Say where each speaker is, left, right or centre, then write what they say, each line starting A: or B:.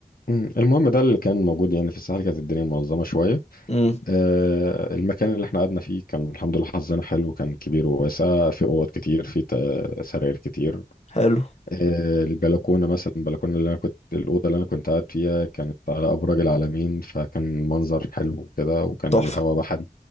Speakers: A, on the left; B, on the left.
A: مم. المهم ده اللي كان موجود يعني في الساحل كانت الدنيا منظمة شوية
B: امم
A: آه، المكان اللي احنا قعدنا فيه كان الحمد لله حظنا حلو كان كبير وواسع في أوض كتير في تا- سراير كتير
B: حلو
A: آه، البلكونة مثلا البلكونة اللي أنا كنت الأوضة اللي أنا كنت قاعد فيها كانت على أبراج العلمين فكان المنظر حلو كده وكان
B: تحفة
A: الهواء بحري